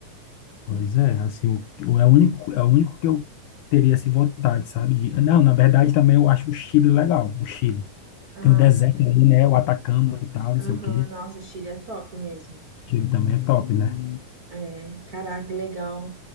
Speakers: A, on the left (about 80°); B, on the right (about 80°).
A: Pois é, assim, o, o- é o único, é o único que eu teria assim, vontade, sabe? De, não, na verdade também eu acho o Chile legal, o Chile.
B: Ah,
A: Tem o deserto
B: sim.
A: ali, né? O Atacama e tal, não
B: Aham,
A: sei o quê.
B: nossa, o Chile é top mesmo.
A: Chile também é top, né?
B: É, caraca, legal.